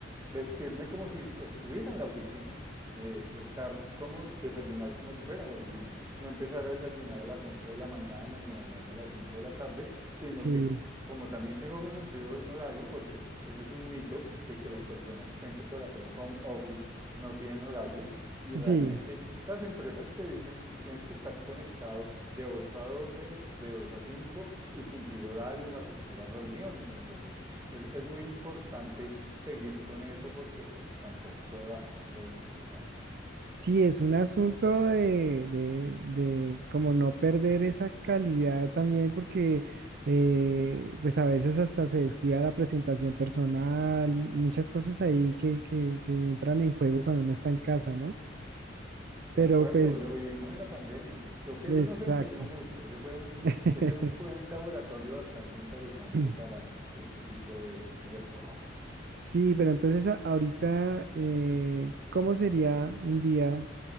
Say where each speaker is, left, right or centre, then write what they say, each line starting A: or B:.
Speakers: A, on the right (about 15°); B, on the right (about 55°).
A: vestirme como si estuviera en la oficina. eh, estar como, desayunar como si fuera en la oficina. No empezar a desayunar a las 11 de la mañana ni bañarme a las 5 de la tarde, sino
B: sí,
A: que como también tengo que cumplir un horario, porque ese es un mito de que las personas creen que por hacer home office no tienen horarios y
B: sí.
A: realmente las empresas te dicen tienes que estar conectado de 8 a 12 de 2 a 5 y cumplir horarios, asistir a reuniones. Entonces es, es muy importante seguir con eso porque pues tampoco puede bajar la productividad.
B: Sí, es un asunto de, de, de como no perder esa calidad también, porque eh, pues a veces hasta se descuida la presentación personal, muchas cosas ahí que, que, que entran en juego cuando uno está en casa, ¿no?
A: De
B: Pero
A: acuerdo,
B: pues,
A: lo vivimos en la pandemia, pues creo que
B: exacto.
A: eso nos enseñó mucho, ese fue un,
B: <clears throat>
A: ese un- fue un laboratorio bastante interesante
B: <laughs>
A: para este tipo de, de trabajo.
B: Sí, pero entonces a- ahorita, eh, ¿cómo sería un día,